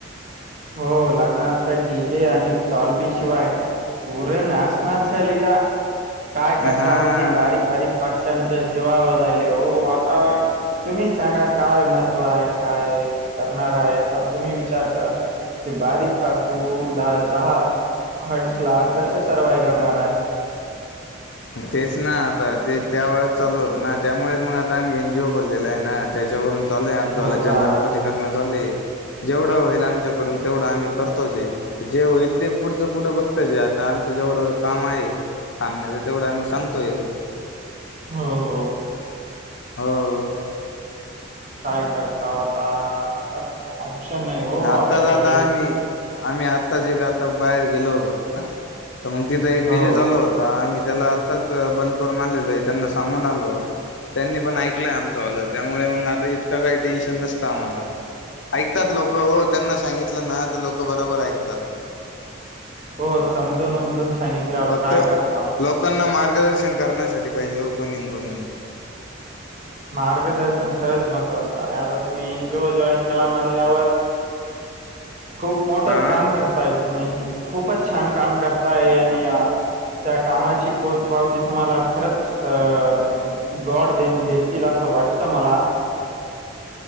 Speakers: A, on the right; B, on the left.
A: हो लग्ना तर डी जे आणि टॉलबी शिवाय? पुूरे नाशणार शलिता काय करता
B: हा
A: आ ती बारीक बारीक! पक्षांच्या जीवावर राहिले हो आता तुम्हीच सांगा काय महत्त्व आहे? काय करणार आहे? आता तुम्ही विचार करा. हे बारीक पासू द दहा हट्स ला कस सर्विव करणार आहे.
B: तेच ना आता ते त्या वेळेच चालू होतं ना त्यामुळेच मग आता आम्ही एन जीओ खोललेल आहे ना. त्याच्यावरून चालले आणि
A: हो
B: तुला
A: का
B: जनजागृती करण्यात चालली जेवढं होईल आमच्याकडून तेवढं आम्ही करतो जे आता जे होईल ते पुढचं पुढं बघतो जे आता जेवढं काम आहे सांगण्याचं तेवढं आम्ही सांगतोय.
A: हो हो.
B: हो.
A: काय करता आता आ ऑप्शन नाही हो
B: आत्ताच
A: आपल्याकडे
B: आता
A: काही
B: आम्ही आम्ही आत्ता जे का आता बाहेर गेलो होतो. तर मग तिथं एक
A: हो
B: डीजे चालला होता मी त्याला आत्ताच बंद करून आलेलो आहे त्यांना सांगून आलो त्यांनी पण ऐकलंय आमचं आलं त्यामुळे मग आता इतकं काही टेन्शन नसतं आम्हाला. ऐकतात लोकं हो त्यांना सांगितलं ना तर लोकं बरोबर ऐकतात.
A: हो समजून उमजून सांगितल्यावर
B: फक्त
A: काय करता.
B: लोकांना मार्गदर्शन करण्यासाठी पाहिजे हा कोणीन कोणीन.
A: मार्गदर्शन खरंच महत्वाचं आहे आता तुम्ही एन जी ओ जॉईन केला म्हणल्यावर खूप मोठ
B: हा
A: काम करता आहेत तुम्ही खूपच छान काम करताय आणि आ त्या कामाची पोच पावची तुम्हाला खरंच अ गॉड देईन दे तील असं वाटतं मला.